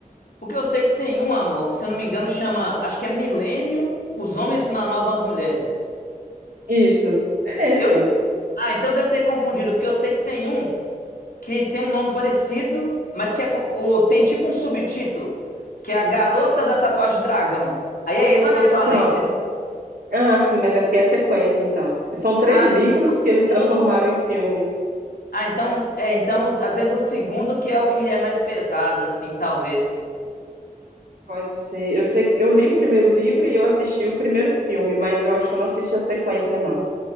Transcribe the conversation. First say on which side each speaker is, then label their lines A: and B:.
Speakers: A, on the left; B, on the right.
A: Porque eu sei que tem um, amor, que se eu não me engano chama. Acho que é Millennium, os homens que não amavam as mulheres.
B: Isso. É esse.
A: Eu.
B: ó.
A: Ah, então eu devo ter confundido, porque eu sei que tem um. que tem um nome parecido, mas que é com- o- tem tipo um subtítulo, que é A Garota da Tatuagem Dragão. Aí é esse
B: Ah,
A: que eu falei,
B: então.
A: entendeu?
B: Ah, sim, mas é porque é sequência, então. São três
A: Ah,
B: livros
A: então o segundo.
B: que eles transformaram em filme.
A: Ah, então, é, então, às vezes o segundo que é o que é mais pesado, assim, talvez.
B: Pode ser. Eu sei, eu li o primeiro livro e eu assisti o primeiro filme, mas eu acho que eu não assisti a sequência, não.